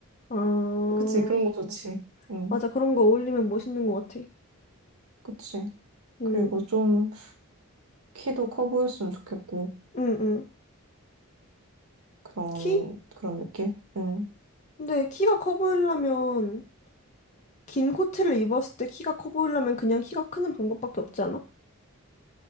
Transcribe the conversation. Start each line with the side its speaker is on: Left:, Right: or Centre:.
Left: 어,
Right: 그치. 그런 거 좋지. 응.
Left: 맞아. 그런 거 어울리면 멋있는 것 같아.
Right: 그치.
Left: 응,
Right: 그리고 좀 키도 커 보였으면 좋겠고
Left: 응, 응.
Right: 그런
Left: 키?
Right: 그런 느낌? 응.
Left: 근데 키가 커 보이려면, 긴 코트를 입었을 때 키가 커 보이려면 그냥 키가 크는 방법밖에 없지 않아?